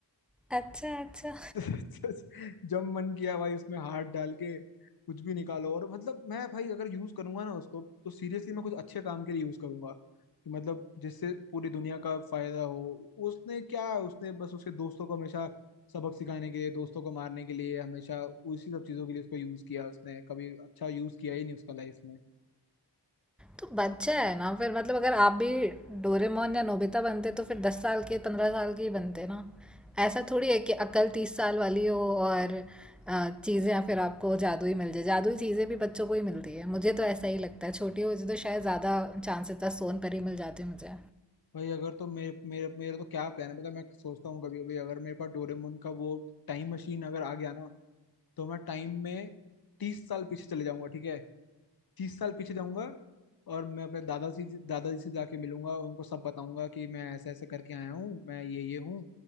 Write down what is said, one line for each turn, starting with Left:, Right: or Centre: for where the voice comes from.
Centre: <laughs> अच्छा अच्छा
Left: <laughs> जब मन किया भाई उसमें हाथ डाल के कुछ भी निकालो और मतलब मैं भाई अगर यूज करूंगा ना उसको तो सीरियसली मैं कुछ अच्छे काम के लिए यूज करूंगा कि मतलब जिससे पूरी दुनिया का फायदा हो उसने क्या उसने बस उसके दोस्तों को हमेशा सबक सिखाने के लिए दोस्तों को मारने के लिए हमेशा उसी सब चीजों के लिए उसको यूज किया उसने कभी अच्छा यूज किया ही नहीं उसका लाइफ में
Centre: तो बच्चा है ना फिर मतलब अगर आप भी डोरेमोन या नोबिता बनते तो फिर दस साल के पंद्रह साल के ही बनते ना ऐसा थोड़ी है कि अक्ल तीस साल वाली हो और अ, चीज़ें फिर आपको जादू ही मिल जाए जादुई चीज़ें भी बच्चों को ही मिलती है मुझे तो ऐसा ही लगता है छोटी होती तो शायद ज़्यादा चांसेस था सोन पर ही मिल जाते मुझे
Left: भाई अगर तो मेरे मेरे मेरे तो क्या प्लान है मतलब मैं सोचता हूँ कभी कभी अगर मेरे पास डोरेमोन का वो टाइम मशीन अगर आ गया ना तो मैं टाइम में तीस साल पीछे चले जाऊंगा ठीक है तीस साल पीछे जाऊंगा और मैं अपने दादाजी दादाजी से जाके मिलूंगा उनको सब बताऊंगा कि मैं ऐसे ऐसे करके आया हूँ मैं ये ये हूँ